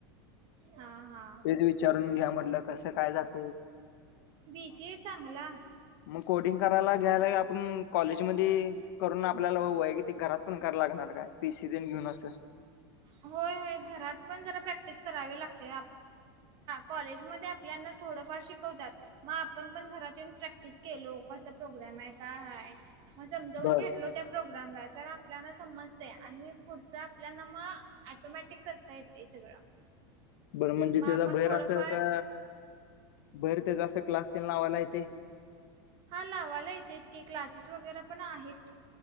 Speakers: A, on the right; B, on the left.
A: हा हा
B: तेच विचारून घ्या म्हटलं कस काय जाते.
A: बी सी ए चांगला.
B: मग कोडिंग करायला घ्यायला आपण. कॉलेजमध्ये करून आपल्याला वैयतिक घरात पण करा लागणार काय पी सी दिन घेऊन असं.
A: होय होय घरात पण जरा प्रॅक्टिस करावी लागते. कॉलेजमध्ये आपल्याना थोडंफार शिकवतात. मग आपण पण घरात येऊन प्रॅक्टिस केलो कसा प्रोग्राम आहे का हय मग समजावून
B: बर
A: घेतलो. त्या प्रोग्रामला तर आपल्याला समजते. आणि मी पुढचा आपल्या नामा टोमॅटिक करता येते सगळं.
B: बरं म्हणजे
A: मग आपण
B: त्याचा भैराच
A: थोडंफार
B: का. भर तरसं क्लास टेन लावायला येते.
A: हा लावाला येतेेत की क्लासेस वगैरे पण आहेत.